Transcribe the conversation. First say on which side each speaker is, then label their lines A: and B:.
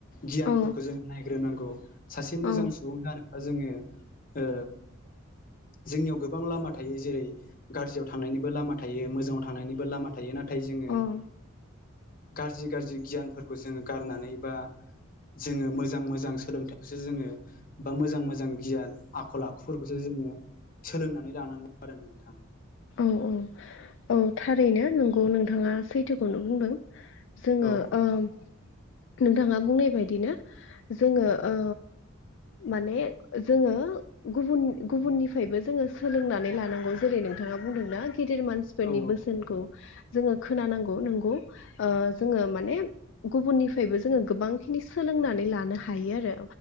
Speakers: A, on the left; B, on the left.
A: गियानफोरखौ
B: औ
A: जों नायग्रोनांगौ सासे मोजां
B: औ
A: सुबुं जानो दा जोङो ओ जोंनियाव गोबां लामा थायो जेरै गाज्रियाव थांनायनिबो लामा थायो मोजाङाव थांनायनिबो लामा थायो नाथ नाथाय जोङो
B: औ
A: गाज्रि गाज्रि गियानफोरखौ जोङो गारनानै बा जोङो मोजां मोजां सोलोंथाइखौसो जोङो बा मोजां मोजां गियान आखल आखुफोर जो-जोङो सोलोंनानै लानांगौ आरो नोंथां
B: औ औ थारैनो नंगौ नोंथाङा सैथोखौनो बुंदों जोङो
A: औ
B: ओम नोंथाङा बुंनाय बायदिनो जोङो ओ माने जोङो गुबुन गुबुननिफ्रायबो जोङो सोलोंनानै लानांगौ जेरै नोंथां नोंथाङा बुंदोंना गिदिर मानसिफोरनि
A: औ
B: बोसोनखौ जोङो खोनानांगौ नोंगौ ओ जोङो माने गुबुननिफ्रायबो जोङो गोबां खिनि सोलोंनानै लानो हायो आरो